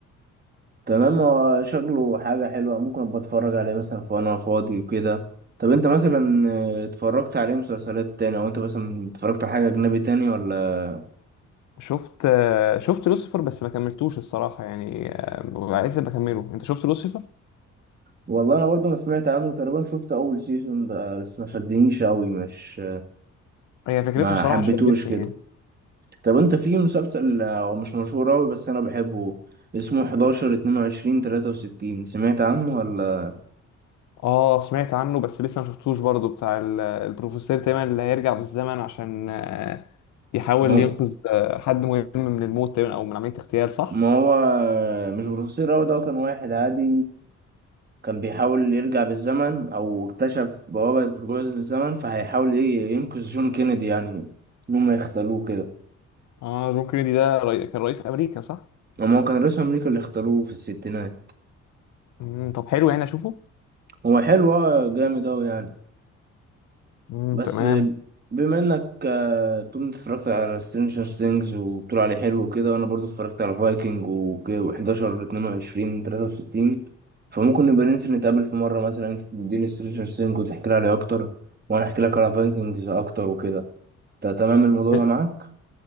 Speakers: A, on the right; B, on the left.
A: تمام هو شكله حاجة حلوة ممكن ابقى اتفرج عليه مثلا في وانا فاضي وكده طب انت مثلا آه، اتفرجت عليه مسلسلات تاني او انت مثلا اتفرجت على حاجة اجنبي تاني ولا
B: شفت آه، شفت لوسيفر بس ما كملتوش الصراحه يعني آه، عايز بكمله انت شفت لوسيفر
A: والله انا برضه ما سمعت عنه تقريبا شفت اول سيزون بقى بس ما شدنيش قوي مش
B: هي فكرته
A: ما
B: الصراحه
A: حبيتهوش
B: شدتني
A: كده
B: يعني
A: طب انت في مسلسل آه، هو مش مشهور قوي بس انا بحبه اسمه 11 22 63 سمعت عنه ولا
B: اه سمعت عنه بس لسه ما شفتوش برضه بتاع ال- البروفيسور تقريبا اللي هيرجع بالزمن عشان آه، يحاول
A: هو
B: ينقذ آه، حد مهم من الموت تقريبا او من عملية اغتيال صح؟
A: ما هو مش بروفيسور أوي ده هو كان واحد عادي كان بيحاول يرجع بالزمن أو اكتشف بوابة رجوع بالزمن فهيحاول إيه ينقذ جون كينيدي يعني إن هم يختاروه كده
B: اه جون كينيدي ده ري... كان رئيس امريكا صح؟
A: أما هو كان رئيس أمريكا اللي اختاروه في الستينات
B: مم. طب حلو يعني اشوفه؟
A: هو حلو آه، جامد أوي يعني
B: مم.
A: بس
B: تمام
A: بما انك آه، طول ما اتفرجت على سترينجر ثينجز وبتقول عليه حلو وكده وانا برضو اتفرجت على فايكنج و11 22 63 فممكن نبقى ننزل نتقابل في مره مثلا انت تديني سترينجر ثينجز وتحكي لي عليه اكتر وانا احكي لك على فايكنجز اكتر وكده تا- تمام الموضوع
B: إيه؟
A: ده معاك